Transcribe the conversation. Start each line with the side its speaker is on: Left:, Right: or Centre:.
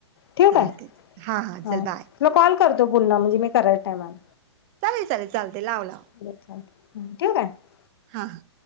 Left: ठेवु
Right: चालते.
Left: काय
Right: हा हा
Left: हां
Right: चल बाय
Left: म कॉल करतो पुन्हा म्हणजे मी करायच टायमाला
Right: चालेल चालेल चालते लाव लाव
Left: <unintelligible>
Right: हां हां